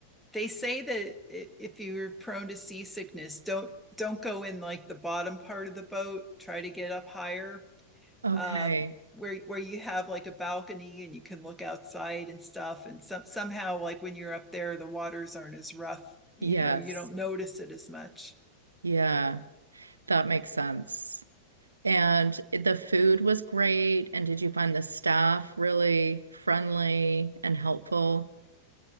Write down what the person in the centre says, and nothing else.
they say that if you're prone to seasickness, don't don't go in like the bottom part of the boat, try to get up higher
um, where where you have like a balcony and you can look outside and stuff. And some somehow like when you're up there, the waters aren't as rough. You
know, you don't notice it as much.